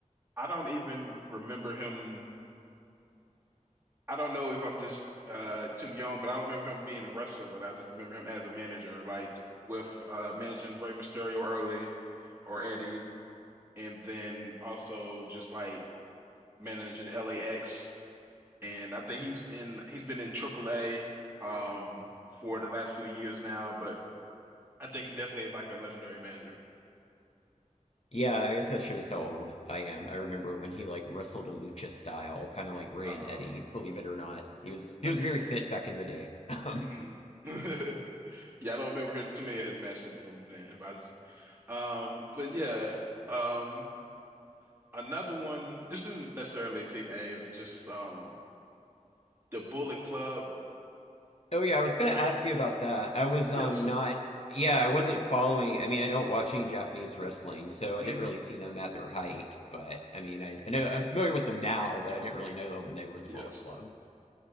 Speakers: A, on the right; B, on the left.
A: I don't even remember him. I don't know if I'm just uh too young, but I don't remember him being a wrestler really. I just remember him as a manager, like with uh managing Rey Mysterio early or Eddie, and then also just like managing LAX. And I think he's in he's been in AAA um for the last few years now, but I think he definitely is like a legendary manager.
B: Yeah, I guess that shows how old I am. I remember when he like wrestled a lucha style, kind of like Ray
A: Uh
B: and Eddie, believe it or not. He was he
A: okay.
B: was very fit back in the day. <laughs> Um,
A: Mm. <laughs> Yeah, I don't remember his, too many of his matches from then, but I just- um, but yeah, um, another one. This isn't necessarily Team A, but just um, the Bullet Club.
B: oh yeah, I was gonna ask
A: Are you from?
B: you about that. I was
A: Yes.
B: um not yeah, I wasn't following. I mean, I don't watch any Japanese wrestling, so I
A: Mm,
B: didn't really see them at their height. But I mean, I, I know I'm familiar with them now, but I didn't really know them when they were the
A: yes.
B: Bullet Club.